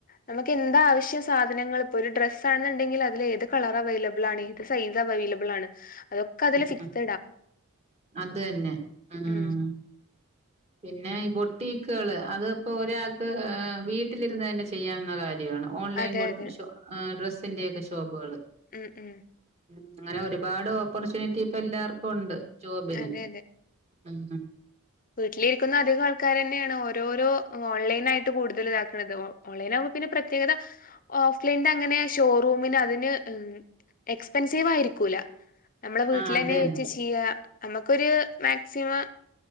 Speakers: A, on the left; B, on the right.
A: നമ്മക്കെന്താവിശ്യം സാ സാധനങ്ങള് ഇപ്പൊരു ഡ്രസ്സാൺന്നിണ്ടെങ്കില് അതിലേത് കളർ അവൈലബിളാണ് ഏത് സൈസ് അവൈലബിളാണ് അതൊ ക്കതില്
B: ആഹ്
A: ഫിക്സഡ
B: അത് തന്നെ ആഹ്
A: ഉം
B: പിന്നെ ഈ ബൊട്ടീക്കള് അതി ഇപ്പോരാക്ക് വീട്ടിലിരുന്നെന്നെ ചെയ്യാവുന്ന കാര്യാ. ഓൺലൈൻ
A: അതെ
B: വെട്ട്
A: അതെ
B: ഷോ ആ ഡ്രസ്സിന്റെക്കെ ഷോപ്പുകള്.
A: ഉം ഉം.
B: ഉം അങ്ങനെ ഒരുപാട് ഓപ്പർച്യൂണിറ്റി ഇപ്പൊല്ലാർക്കുണ്ട്. ജോബിന്
A: അതെ
B: ഉം
A: വീട്ട്ലിരിക്കുന്ന അധികാൾ ക്കാരന്നെണ് ഓരോരോ ഓൺലൈനായിട്ട് കൂടുതല് ഇതാക്ക്ണത് ഓൺലൈനാകുമ്പോ പിന്നെ പ്രത്യേകത ഓഫ് ലൈൻ്റെ അങ്ങനെ ഷോറൂമിന് അതിന് എക്സ്പെൻസീവായിരിക്കൂല. നമ്മളെ വീട്ടിലെന്നെ
B: ആഹ് അത് തന്നെ
A: വെച്ച് ചെയ്യാ നമ്മക്കൊരു മാക്സിമം.